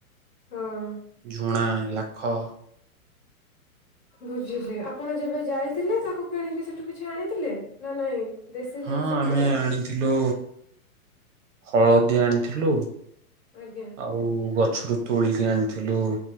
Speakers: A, on the left; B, on the right.
A: ହଁ
B: ଝୁଣା ଲ ଖ
A: ବୁଝିଲି ଆପଣ ଯେବେ ଯାଇଥିଲେ ତାକୁ କିଣିକି ସେଠୁ କିଛି ଆଣିଥିଲେ ନା ନାଇଁ ଦେଶୀ
B: ହଁ
A: ଜିନିଷ
B: ଆମେ
A: ନା
B: ଆଣିଥିଲୁ ହଳଦୀ ଆଣିଥିଲୁ
A: ଆଜ୍ଞା
B: ଆଉ ଗ ଗଛରୁ ତୋଳିକି ଆଣିଥିଲୁ